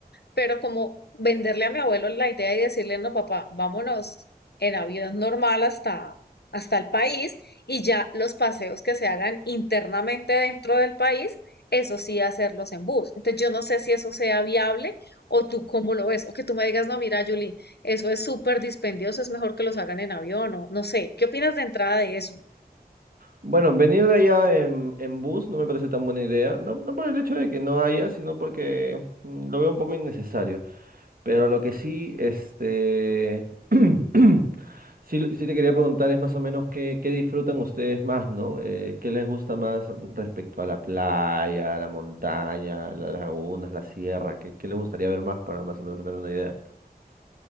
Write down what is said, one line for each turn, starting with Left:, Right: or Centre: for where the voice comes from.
Left: pero como venderle a mi abuelo la idea y decirle, no, papá, vámonos en avión normal hasta, hasta el país y ya los paseos que se hagan internamente dentro del país, eso sí, hacerlos en bus. Entonces yo no sé si eso sea viable o tú cómo lo ves, o que tú me digas, no, mira, Julie, eso es súper dispendioso, es mejor que los hagan en avión o no sé. ¿Qué opinas de entrada de eso?
Right: Bueno, venir de allá en, en bus no me parece tan buena idea. No, no por el hecho de que no haya, sino porque mm, lo veo un poco innecesario. Pero lo que sí, este, <clears throat> sí, sí te quería preguntar es más o menos qué, qué disfrutan ustedes más, ¿no? Eh, ¿qué les gusta más respecto a la playa, a la montaña, a las lagunas, la sierra? ¿Qué, qué les gustaría ver más para más o menos tener una idea?